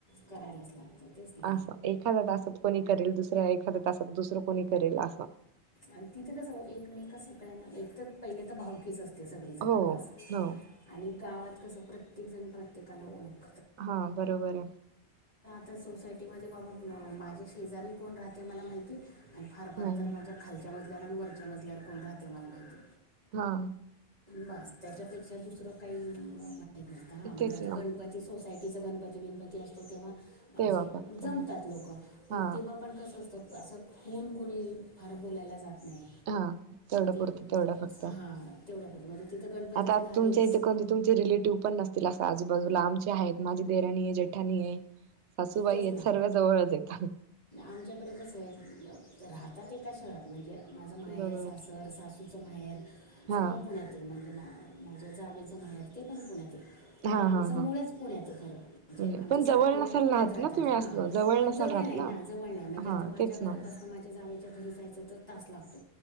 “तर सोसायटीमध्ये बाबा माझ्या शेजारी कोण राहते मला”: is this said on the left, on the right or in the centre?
Left